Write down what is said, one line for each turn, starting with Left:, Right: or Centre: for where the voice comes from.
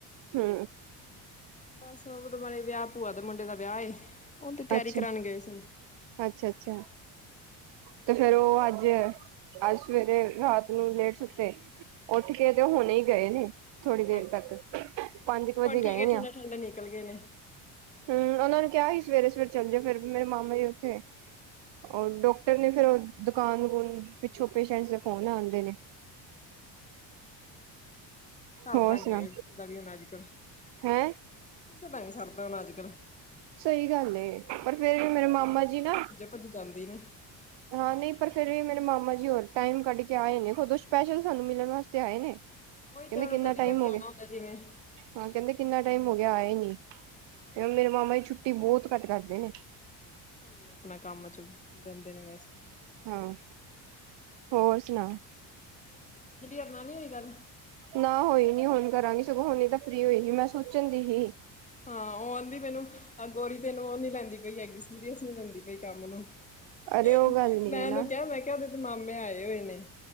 Right: ਹੂੰ।
Left: ਬਸ ਓਦੇ ਬਾਰੇ ਵਿਆ ਭੂਆ ਦਾ ਮੁੰਡੇ ਦਾ ਵਿਆ ਏ ਓਹ ਤੇ ਤਿਆਰੀ
Right: ਅੱਛਾ,
Left: ਕਰਾਨ ਗਏ ਸੀ।
Right: ਅੱਛਾ ਅੱਛਾ। ਤੇ ਫੇਰ ਓ ਅੱਜ ਅੱਜ ਸਵੇਰੇ ਰਾਤ ਨੂੰ ਲੇਟ ਸੁੱਤੇ। ਉੱਠ ਕੇ ਤੇ ਓ ਹੁਣੇ ਈ ਗਏ ਨੇ। ਥੋੜੀ ਦੇਰ
Left: ਅੱਛਾ
Right: ਤੱਕ ਪੰਜ ਕੁ ਵਜੇ
Left: ਹੁਣ ਠੀਕ
Right: ਗਏ
Left: ਹੈ
Right: ਨੇ
Left: ਠੰਡੇ
Right: ਓ।
Left: ਠੰਡੇ ਨਿਕਲ ਗਏ ਨੇ।
Right: ਹਮ ਓਨਾਂ ਨੂੰ ਕਿਆ ਸੀ ਸਵੇਰੇ ਸਵੇਰੇ ਚੱਲ ਜੋ ਫੇਰ ਵੀ ਮੇਰੇ ਮਾਮਾ ਜੀ ਓਥੇ। ਓ ਡਾਕਟਰ ਨੇ ਫੇਰ ਓ ਦੁਕਾਨ ਦਕੂਨ ਪਿੱਛੋਂ ਪੇਸ਼ਟਸ ਦੇ ਫੋਨ ਆਂਦੇ ਨੇ।
Left: ਕਰਦਾ
Right: ਹੋਰ
Left: ਈ
Right: ਸੁਣਾ
Left: ਏ ਹੈਗਾ ਸੂਟਾਂ ਦੀ ਅੱਜ ਕੱਲ੍ਹ।
Right: ਹੈਂ।
Left: ਕਿਸੇ ਦਾ ਨੀ ਸੜਦਾ ਹੋਣਾ ਅੱਜ ਕੱਲ੍ਹ।
Right: ਸਈ ਗੱਲ ਏ। ਪਰ ਫੇਰ ਵੀ ਮੇਰੇ ਮਾਮਾ ਜੀ ਨਾ।
Left: ਪੁੱਜ ਜਾਂਦੀ ਨੇ।
Right: ਹਾਂ ਨਈ ਪਰ ਫੇਰ ਵੀ ਮੇਰੇ ਮਾਮਾ ਜੀ ਹੋਰ ਟਾਈਮ ਕੱਢ ਕੇ ਆਏ ਨੇ ਖੁਦੋਂ ਓ ਸਪੈਸ਼ਲ ਸਾਨੂੰ ਮਿਲਣ ਵਾਸਤੇ ਆਏ ਨੇ।
Left: ਓਈ
Right: ਕਹਿੰਦੇ
Left: ਤਾਂ ਹੁਨ
Right: ਕਿੰਨਾ
Left: ਕਦੀ
Right: ਟਾਈਮ
Left: ਕਦੀ
Right: ਹੋ
Left: ਆਣਾ
Right: ਗਿਆ
Left: ਹੁੰਦਾ ਜਿਵੇਂ।
Right: ਹਾਂ ਕੇਦੇ ਕਿੰਨਾ ਟਾਈਮ ਹੋ ਗਿਆ ਆਏ ਨੀ।
Left: ਹਾਂ
Right: ਮੇਰੇ ਮਾਮਾ ਜੀ ਛੁੱਟੀ ਬੋਤ ਘੱਟ ਕਰਦੇ ਨੇ।
Left: ਸਈ ਏ ਆਪਣਾ ਕੰਮ ਚ ਰੇਂਦੇ ਨੇ ਵੈਸੇ।
Right: ਹਾਂ ਹੋਰ ਸੁਣਾ।
Left: ਅੰਜਲੀ ਹੋਰਾ ਨਾ ਨੀ ਹੋਈ ਗੱਲ।
Right: ਨਾ ਹੋਈ ਨੀ ਹੁਣ ਕਰਾਂਗੀ ਸਗੋਂ ਹੁਣੀ ਤਾਂ ਫ੍ਰੀ ਹੋਈ ਸੀ ਮੈਂ ਸੋਚਣ ਦੀ ਸੀ।
Left: ਹਾਂ ਓ ਆਂਦੀ ਮੈਨੂੰ ਗੋਰੀ ਤੈਨੂੰ ਓ ਨੀ ਲੈਂਦੀ ਪਈ ਹੈਗੀ ਸੀਰੀਅਸ ਨੀ ਲੈਂਦੀ ਪਈ ਕੰਮ ਨੂੰ। ਹੇ
Right: ਅਰੇ ਉਹ ਗੱਲ
Left: ਹੇ
Right: ਨੀ
Left: ਮੈਂ
Right: ਹੈ
Left: ਓਨੂੰ
Right: ਨਾ
Left: ਕਿਆ ਮੈਂ ਕਿਆ ਓਦੇ ਤੇ ਮਾਮੇ ਆਏ ਹੋਏ ਨੇ।